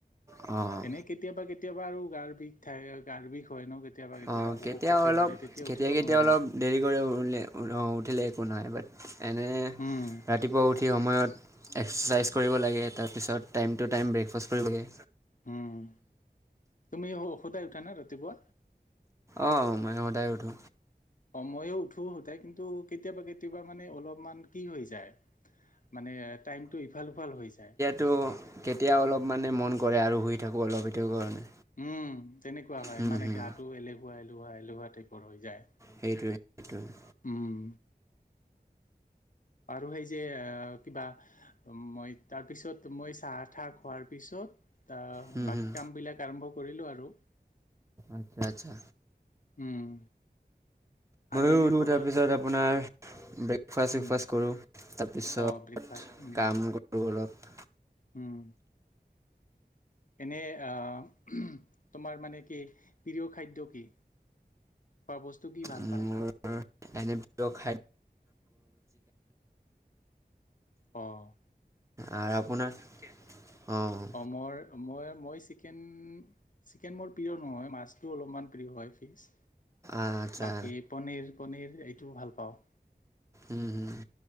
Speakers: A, on the right; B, on the left.
A: অ'
B: এনে কেতিয়াবা কেতিয়াবা আৰু গাৰ বিষ থাকে গাৰ বিষ হয় ন' কেতিয়াবা -কেতিয়াবা
A: অঁ কেতিয়া
B: অসুখ পাতি
A: অলপ
B: হ'লে তেতিয়া
A: কেতিয়া
B: উঠিব
A: কেতিয়া
B: নোৱাৰোঁ।
A: অলপ দেৰি কৰে উঠ উঠিলে একো নাই বাট এনে
B: উম
A: ৰাতিপুৱা উঠ। উঠি সময়ত এক্সাৰচাইজ কৰিব লাগে তাৰপিছত। টাইম টু টাইম ব্ৰেকফাষ্ট কৰিব লাগে।
B: উম তুমি সদায় ই উঠা নে ৰাতিপুৱা?
A: অ' মই সদায় উঠো।
B: ময়ো উঠো সদায় কিন্তু কেতিয়াবা কেতিয়াবা মানে অলপমান কি হৈ যায়। মানে টাইমটো ইফাল সিফাল হৈ যায়।
A: তো কেতিয়া অলপ মানে মন কৰে আৰু শুই থাকোঁ অলপ সেইটো কাৰণে।
B: উম তেনেকুৱা হয়,
A: হুম
B: মানে
A: হুম।
B: গাতো এলেহুৱা এলেহুৱা এলেহুৱা টাইপৰ হৈ যায়।
A: সেইটোৱেই সেইটোৱে।
B: উম, আৰু সেই যে কিবা মই তাৰ পিছত মই চাহ-তাহ খোৱাৰ পিছত আ,
A: হুম
B: বাকী
A: হুম
B: কামবিলাক আৰম্ভ কৰিলোঁ আৰু।
A: আচ্ছা-আচ্ছা
B: উম,
A: ময়ো
B: আৰু এনে
A: উঠো
B: ঘৰত
A: পিছত আপোনাৰ ব্ৰেকফাষ্ট-চেকফাষ্ট
B: উম
A: কৰোঁ। তাৰপিছত
B: অ ব্ৰেকফাষ্ট উম
A: কাম কৰোঁ অলপ।
B: উম, এনেই আহ তোমাৰ মানে কি প্ৰিয় খাদ্য কি? খোৱা বস্তু কি ভাল
A: মোৰ
B: পায়?
A: এনে প্ৰিয় খাই,
B: অ',
A: আৰু আপোনাৰ অ',
B: অঁ মোৰ মই মই চিকেন চিকেন মোৰ প্ৰিয় নহয় মাছটো অলপমান, প্ৰিয় হয় ফিচ
A: আচ্ছা
B: বাকী পনীৰ-পনীৰ এইটোও ভাল পাওঁ।
A: উম,